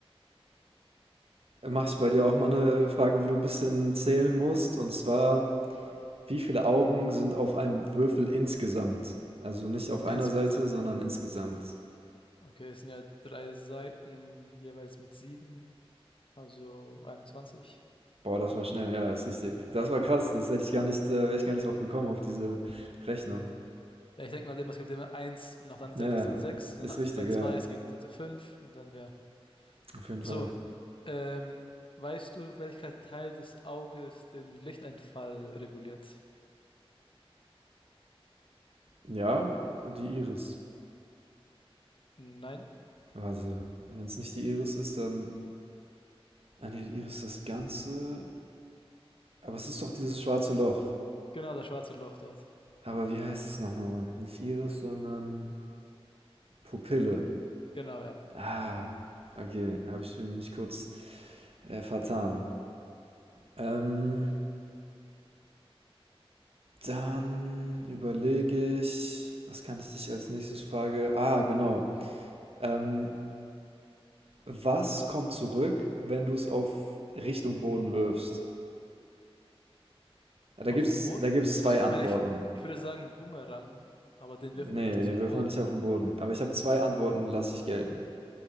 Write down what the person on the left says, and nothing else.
Insgesamt.
Okay, es sind ja drei Seiten, jeweils mit sieben, also 21.
Ja, ich denke mal immer, es gibt immer eins und nach der anderen
Seite
ist eine sechs und
nach,
bei zwei
ist gegen Seite fünf und dann ja.
So,
ähm, weißt du, welcher Teil des Auges den Lichteinfall reguliert?
Nein?
Genau, das schwarze Loch dort.
Genau, ja.
Auf
dem Boden?
Also ich
meine, ich, ich würde sagen Boomerang, aber den wirft
man nicht
zum
Boden.